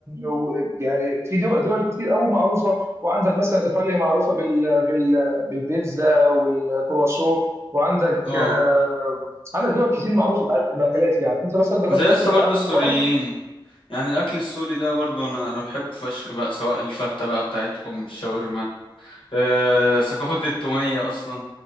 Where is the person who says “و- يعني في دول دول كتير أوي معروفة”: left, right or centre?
Right